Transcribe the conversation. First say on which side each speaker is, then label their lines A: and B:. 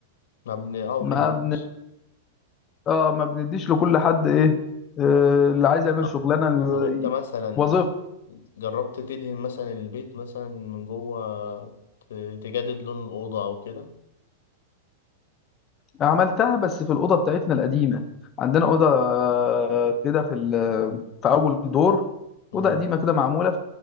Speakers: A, on the left; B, on the left.
A: ما بن اه
B: ما
A: ما بنهدمش
B: بن... اه ما بنديش لكل حد ايه آه اللي عايز يعمل
A: لا
B: شغلانه
A: طب انت
B: ي-
A: مثلا
B: وظيفه
A: جربت تدهن مثلا البيت مثلا من جوه ت- تجدد لون الاوضه او كده
B: عملتها بس في الأوضة بتاعتنا القديمة عندنا أوضة آه، كده في ال- في أول دور
A: امم
B: أوضة قديمة كده معمولة